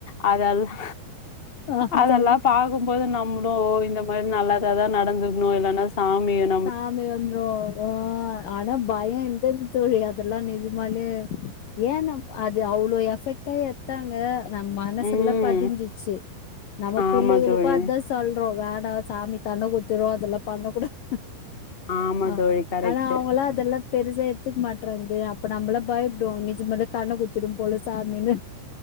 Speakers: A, on the left (about 20°); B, on the left (about 65°).
A: ஆ அதெல்லா
B: ஆ
A: அதெல்லாப்
B: தோழி
A: பாக்கும்போது நம்முடு ஓ இந்த மாரி நல்லதாதா நடந்துர்க்கணு இல்லன்னா சாமி வந்
B: சாமி வந்துரு ஆ ஆனா பயோ இந்தன் தோழி அத் இதெல்லா நிஜமாலே ம்ச் ஏன்னா அது அவ்ளோ எஃபெக்ட்டா எத்தாங்க நம் மனசுல்ல
A: ம்
B: பதிஞ்சிச்சு நம்ம
A: ஆமா
B: பிள்ளைகளுக்கு
A: தோழி
B: அததா சொல்றோ வேணா சாமி கண்ண குத்திரு அதெல்லா பண்ண கூடாத்
A: ஆமா
B: ஆ
A: தோழி கரெக்ட்டு
B: ஆனா அவங்கள்லா இதெல்லா பெருசா எத்துக்க மாட்றாங்கது அப்ப நம்மள பயப்படுவோ நிஜமலே கண்ண குத்திடும் போல சாமின்னு